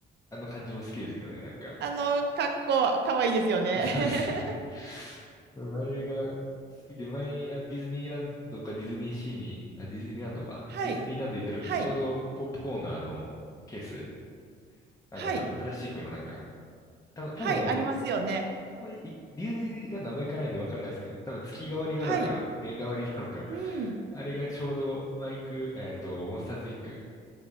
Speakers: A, on the left; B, on the right.
A: あの感じも好きですけどね、なんか。
B: あの、格好、可愛いですよね。
A: <laughs> そうですよね。
B: <laughs>
A: うん、あれが好きで、前にあのディズニーランドかディズニーシーに、あ、ディズニーランドか。
B: はい。
A: ディズニーランド行った時にちょうどポップコーンのあの、
B: はい。
A: ケース、あの、
B: はい。
A: プラプラスチックのなんか、た、多分あれ、
B: はい。ありますよね。
A: あんまり、いディズニーランドあんま行かないんでわかんないですけど、多分月替わりなのか、
B: はい。
A: 年替わりなのか、
B: うん。
A: あれがちょうどマイク、えっと、モンスターズインク